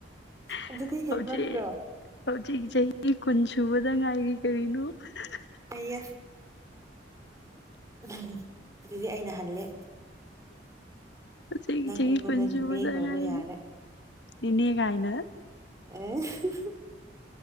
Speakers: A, on the left (about 65°); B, on the right (about 15°).
A: <unintelligible>
B: ꯑꯗꯨꯗꯤ ꯍꯦꯟꯃꯟꯗ꯭ꯔꯣ
A: ꯍꯧꯖꯤꯛ ꯍꯧꯖꯤꯛ ꯆꯍꯤ ꯀꯨꯟ ꯁꯨꯕꯗ ꯉꯥꯏꯔꯤ ꯀꯔꯤꯅꯣ <unintelligible>
B: ꯑꯩꯌꯥ <unintelligible> ꯑꯗꯨꯗꯤ ꯑꯩꯅ ꯍꯜꯂꯦ
A: ꯆꯍꯤ
B: ꯅꯪ
A: ꯆꯍꯤ
B: ꯑꯩꯉꯣꯟꯗ
A: ꯀꯨꯟ ꯁꯨꯕꯗ
B: ꯅꯦꯅꯦ ꯀꯧꯕ
A: ꯉꯥꯏꯔꯤꯅꯦ
B: ꯌꯥꯔꯦ
A: ꯅꯦꯅꯦ ꯒꯥꯏꯅ
B: ꯑꯦ <unintelligible>